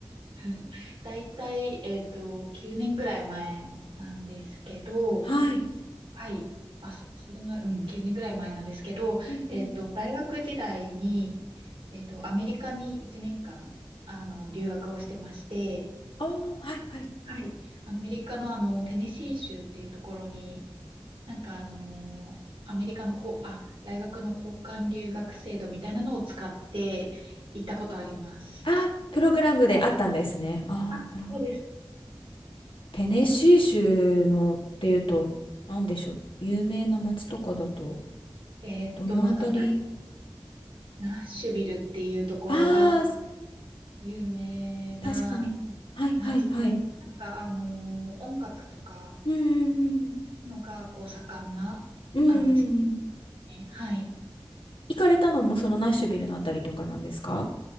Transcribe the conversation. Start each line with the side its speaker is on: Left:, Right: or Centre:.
Right: <laughs> だいたい、えっと、9年ぐらい前なんですけど、
Left: はい。
Right: はい。あ、そ、そうでもない、うん、9年ぐらい前なんですけど、
Left: うんうん。
Right: えっと、大学時代に、えっと、アメリカに1年間、あの、留学をしてまして、
Left: ああ、はい、はい。
Right: はい。アメリカのあの、テネシー州っていうところに、なんかあの、アメリカのこう、あ、大学の交換留学制度みたいなのを使って行ったことあります。
Left: ああ、プログラムであったんですね。ああ、
Right: あそうです
Left: なるほど。テネシー州のっていうと、なんでしょう。有名な街とかだと、
Right: えーっと、
Left: どのあたり
Right: なんかナ、ナッシュビルっていうところが
Left: ああー、
Right: 有名な
Left: 確かに。はい、
Right: 街で、
Left: はい、はい。
Right: なんかあのー音楽とか
Left: うんうん
Right: のがこう盛んな、
Left: うん。うんうんうん。
Right: あの、地ね。はい。
Left: 行かれたのもそのナッシュビルのあたりとかなんですか